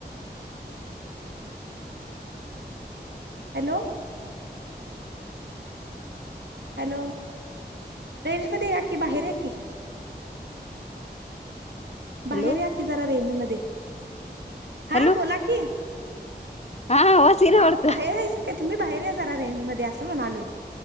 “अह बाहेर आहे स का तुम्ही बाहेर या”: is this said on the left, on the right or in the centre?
Right